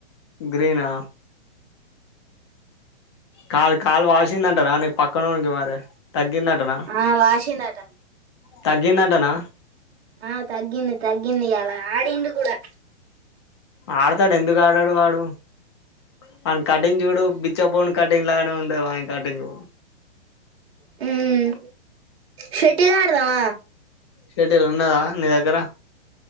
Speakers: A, on the left; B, on the right.
A: గ్రీనా కాళ కాళ్ళు వాల్సిందంటారా నీ పక్కనొడికి మరి తగ్గిందంటనా
B: ఆ వాసిందంట
A: తగ్గిందంటనా
B: ఆ తగ్గింది తగ్గింది అలా ఆడిండు కూడా
A: ఆడతాడు ఎందుకు ఆడడు వాడు అ <unintelligible> ఆన్ని కటంగ్ చూడు బిచ్చా పోను కటింగ్ లాను ఉందనే చాటింగు
B: హమ్ శెట్టేల్ ఆడదామ
A: శెట్టేల్ ఉన్నదా నీ దగ్గర